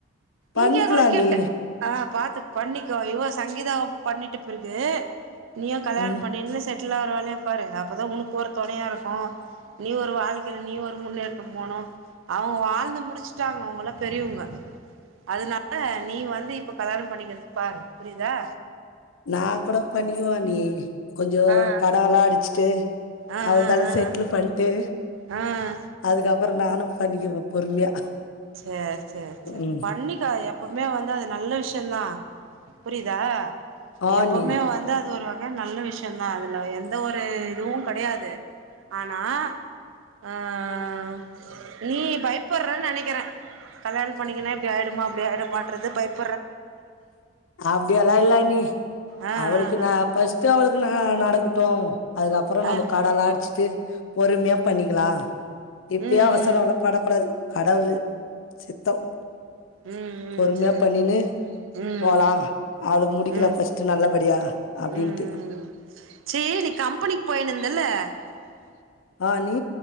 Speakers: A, on the left; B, on the right.
A: பண்ணிக்கலாம்
B: இங்க கூட
A: அண்ணி
B: கிட்டு ஆ பாத்துக் பண்ணி துவ இவ சங்கீதாவ பண்ணிட்டுப் பிற்கு நீயு கல்யாணம்
A: ம்
B: பண்ணினு செட் டிளாற வேலைய பாரு அப்பதா உனுக்கு ஒரு தொணையா இருக்கூ நீ ஒரு வாழ் க்கையில நீ ஒரு முன்னேற்றம் போனூ அவங்க வாழ்ந்து முடிச்சுட்டாங்க அவங்கல்லா பெரியவங்க அதனால நீ வந்து இப்போ கல்யாணம் பண்ணங்கறத பாரு புரிதா
A: ந கூட பண்ணிகுவ அண்ணி கொஞ்சோ
B: ஆ
A: கடம் எல்லாம் அடிச்சுட்டு
B: ஆ
A: அவள்தா
B: ஆ
A: எலாம்
B: ஆ
A: செட்டில் பண்ணிட்டு
B: ஆ ஆ
A: அதுக்கபறம் நானும் பண்ணிக்குவேன் பொறுமையா
B: சேர் சேர் செரி
A: ம்
B: பண்ணிக்க எப்பவுமே வந்து அது நல்ல விஷயம் ட்டுந்தா புரியுதா
A: ஆ
B: எப்பவுமே
A: அண்ணி
B: வந்து அது ஒரு வகு இதே நல்ல விஷ்யம் தான் அதுல எந் எந்த ஒரு இதுவும் கெடையாது ஆனா ஆ ஆ ஆ நீ பயப்பறன்னு நெனைக்கிறே கல்யாண் பண்ணிக்கங்கனா இப்படி ஆயிடுமா அப்படி ஆயிடுமாறது பைப்
A: அப்படியெல்லா இல்ல அண்ணி
B: ஆ
A: அவளுக்கு
B: ஆ ஆ
A: நான் பஸ்ட் அவளுக்கு நா நடக்கு டும் அதுக்கப்புறம்
B: ஆ
A: நம்ம கடல அடிச்சிட்டு பொறுமையா பண்ணிக்கலா இப்பயே
B: ம்
A: அவசரம்ல்லாம் படக்கூடாது கடவுள் சித்தம்
B: ம் ம்
A: பொர்மய பன்னினு
B: ம் ம்
A: போலாம் அவளுக்கு முடிக்கல
B: ம் ம் ம் ம்
A: பஸ்ட் நல்லபடியா அப்படின்ட்டு
B: ம் ம் சேரி நீ கம்பெனிக்கு <unintelligible>
A: ஆ நீ